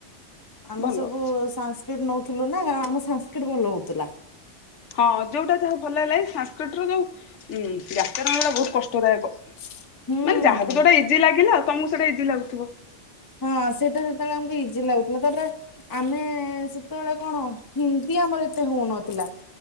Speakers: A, on the left; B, on the left.
A: ଆମେ
B: ଭଲ
A: ସବୁ
B: ହଉଛି
A: ସାସ୍କ୍ରଟ ନଉଥିଲୁ ନା ଆମ ସାସ୍କ୍ରିଟ ଭଲ ହଉଥିଲା।
B: ହଁ ଯୋଉଟା ଯାହାକୁ ଭଲ ହେଲା ସାଂସ୍କ୍ରିଟର ଯୋଉ ଉ ବ୍ୟାକରଣ ଗୁଡାକ ବହୁତ କଷ୍ଟଦାୟକ।
A: ହୁଁ।
B: ମାନେ ଯାହାକୁ ଯୋଉଟା ଇଜି ଲାଗିଲା ଆଉ ତମକୁ ସେଟା ଇଜି ଲାଗୁଥିବ।
A: ହଁ ସେଇଟା ସେତେବେଳେ ଆମକୁ ଇଜି ଲାଗୁଥିଲା ତାପରେ ଆମେ ସେତେବେଳେ କଣ ହିନ୍ଦୀ ଆମର ଅ ଏତେ ହୋଉନଥୁଲା